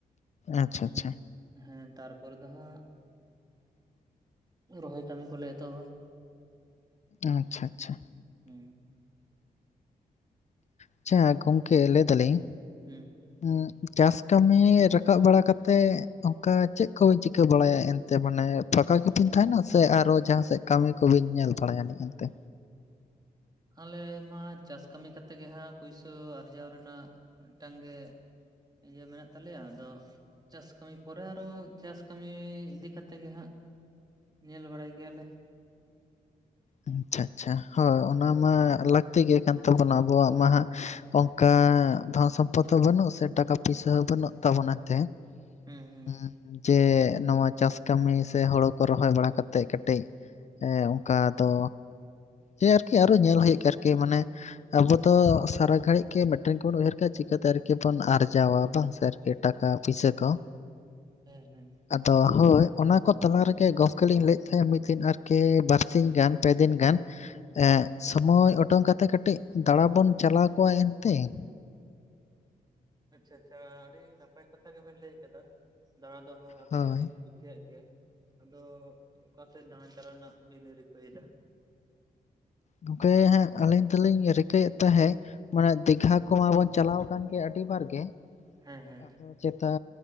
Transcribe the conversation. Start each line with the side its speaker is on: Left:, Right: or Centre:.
Left: ᱟᱪᱪᱷᱟ
Right: ᱮᱸ
Left: ᱟᱪᱪᱷᱟ
Right: ᱦᱮᱸ ᱛᱟᱨᱯᱚᱨᱮ ᱫᱚ ᱦᱟᱸᱜ ᱨᱚᱦᱚᱭ ᱠᱟᱹᱢᱤ ᱠᱚᱞᱮ ᱮᱛᱚᱦᱚᱵᱟ ᱾
Left: ᱟᱪᱪᱷᱟ ᱟᱪᱪᱷᱟ ᱾
Right: ᱦᱩᱸ ᱾
Left: ᱟᱪᱪᱷᱟ ᱜᱚᱝᱠᱮ ᱞᱟᱹᱭ ᱫᱟᱞᱤᱧ
Right: ᱦᱮᱸ ᱾
Left: ᱩᱸ ᱪᱟᱥ ᱠᱟᱹᱢᱤ ᱨᱟᱠᱟᱵ ᱵᱟᱲᱟ ᱠᱟᱛᱮᱜ ᱚᱱᱠᱟ ᱪᱮᱜ ᱠᱚ ᱪᱤᱠᱟᱹ ᱵᱟᱲᱟᱭᱟ, ᱮᱱᱛᱮ ᱢᱟᱱᱮ ᱯᱷᱟᱠᱟ ᱜᱮᱵᱤᱱ ᱛᱟᱦᱮᱱᱟ ᱥᱮ ᱟᱨᱚ ᱡᱟᱦᱟᱸ ᱥᱮᱫ ᱠᱟᱹᱢᱤ ᱠᱚᱵᱤᱱ ᱧᱮᱞ ᱵᱟᱲᱟᱭᱟ ᱱᱤᱦᱟᱹᱛᱮ?
Right: ᱟᱞᱮ ᱢᱟ ᱪᱟᱥ ᱠᱟᱹᱢᱤ ᱠᱟᱛᱮ ᱜᱮ ᱦᱟᱸᱜ ᱯᱩᱭᱥᱟᱹ ᱟᱨᱡᱟᱣ ᱨᱮᱱᱟᱜ ᱢᱤᱫᱴᱟᱝ ᱜᱮ ᱤᱭᱟᱹ ᱢᱮᱱᱟᱜ ᱛᱟᱞᱮᱭᱟ, ᱟᱫᱚ ᱪᱟᱥ ᱠᱟᱹᱢᱤ ᱯᱚᱨᱮ ᱟᱨᱚ ᱪᱟᱥ ᱠᱟᱹᱢᱤ ᱤᱫᱤ ᱠᱟᱛᱮ ᱜᱮ ᱦᱟᱸᱜ ᱧᱮᱞ ᱵᱟᱲᱟᱭ ᱜᱮᱭᱟᱞᱮ ᱾
Left: ᱟᱪᱪᱷᱟ ᱟᱪᱪᱷᱟ, ᱦᱳᱭ ᱚᱱᱟ ᱢᱟ ᱞᱟᱹᱠᱛᱤ ᱜᱮ ᱠᱟᱱ ᱛᱟᱵᱚᱱᱟ ᱟᱵᱚᱣᱟᱜ ᱢᱟ ᱦᱟᱸᱜ ᱾ ᱚᱝᱠᱟ ᱫᱷᱚᱱ ᱥᱚᱢᱯᱚᱛ ᱦᱚᱸ ᱵᱟᱹᱱᱩᱜᱼᱟ ᱥᱮ ᱴᱟᱠᱟ ᱯᱩᱭᱥᱟᱹ ᱦᱚᱸ ᱵᱟᱹᱱᱩᱜ ᱛᱟᱵᱚᱱᱟ ᱮᱱᱛᱮ ᱾
Right: ᱦᱩᱸ ᱦᱩᱸ
Left: ᱦᱮᱸ ᱾ ᱡᱮ ᱱᱚᱣᱟ ᱪᱟᱥ ᱠᱟᱹᱢᱤ ᱥᱮ ᱦᱳᱲᱳ ᱠᱚ ᱨᱚᱦᱚᱭ ᱵᱟᱲᱟ ᱠᱟᱛᱮᱫ ᱠᱟᱹᱴᱤᱡ ᱮ ᱚᱝᱠᱟ ᱛᱚ ᱡᱮ ᱟᱨᱠᱤ ᱟᱨᱚ ᱧᱮᱞ ᱦᱩᱭᱩᱜ ᱜᱮ ᱟᱨᱠᱤ ᱢᱟᱱᱮ ᱟᱵᱚ ᱫᱚ ᱥᱟᱨᱟ ᱜᱷᱟᱹᱲᱤᱡ ᱜᱮ ᱢᱤᱫᱴᱮᱱ ᱜᱮᱵᱚᱱ ᱩᱭᱦᱟᱹᱨ ᱠᱟᱜᱼᱟ ᱪᱤᱠᱟᱹᱛᱮ ᱟᱨᱠᱤ ᱵᱚᱱ ᱟᱨᱡᱟᱣᱟ ᱵᱟᱝ ᱥᱮ ᱟᱨ ᱠᱤ ᱴᱟᱠᱟ ᱯᱩᱭᱥᱟᱹ ᱠᱚ ᱾
Right: ᱦᱮᱸ ᱦᱮᱸ ᱾
Left: ᱟᱫᱚ ᱦᱳᱭ ᱚᱱᱟᱠᱚ ᱛᱟᱞᱟ ᱨᱮᱜᱮ ᱜᱚᱢᱠᱮ ᱞᱤᱧ ᱞᱟᱹᱭᱮᱫ ᱛᱟᱦᱮ ᱢᱤᱫ ᱫᱤᱱ ᱟᱨᱠᱤ ᱵᱟᱨ ᱥᱤᱧ ᱜᱟᱱ ᱯᱮ ᱫᱤᱱ ᱜᱟᱱ ᱮᱜ ᱥᱚᱢᱚᱭ ᱚᱴᱚᱝ ᱠᱟᱛᱮ ᱠᱟᱹᱴᱤᱡ ᱫᱟᱬᱟ ᱵᱚᱱ ᱪᱟᱞᱟᱣ ᱠᱚᱜᱼᱟ ᱮᱱᱛᱮ ᱾
Right: ᱟᱪᱪᱷᱟ, ᱟᱪᱪᱷᱟ, ᱟᱹᱰᱤ ᱱᱟᱯᱟᱭ ᱠᱟᱛᱷᱟ ᱜᱮᱵᱮᱱ ᱞᱟᱹᱭ ᱠᱟᱫᱟ ᱾ ᱫᱟᱬᱟ ᱫᱚᱦᱚ ᱟᱹᱞᱤᱧ
Left: ᱦᱳᱭ
Right: ᱦᱚᱞᱤᱧ ᱠᱩᱥᱤᱭᱟᱜ ᱜᱮᱭᱟ, ᱟᱫᱚ ᱚᱠᱟ ᱥᱮᱫ ᱫᱟᱬᱟᱱ ᱪᱟᱞᱟᱣ ᱨᱮᱱᱟᱜ ᱵᱤᱱ ᱨᱤᱠᱟᱹᱭᱮᱫᱟ?
Left: ᱜᱚᱝᱠᱮ ᱦᱟᱸᱜ ᱟᱹᱞᱤᱧ ᱫᱚᱞᱤᱧ ᱨᱤᱠᱟᱹᱭᱮᱫ ᱛᱟᱦᱮᱸᱜ ᱢᱟᱱᱮ ᱫᱤᱜᱷᱟ ᱠᱚᱢᱟᱵᱚᱱ ᱪᱟᱞᱟᱣ ᱟᱠᱟᱱ ᱜᱮ ᱟᱹᱰᱤ ᱵᱟᱨ ᱜᱮ,
Right: ᱦᱮᱸ ᱦᱮᱸ
Left: ᱟᱫᱚ
Right: ᱾
Left: ᱪᱮᱛᱟ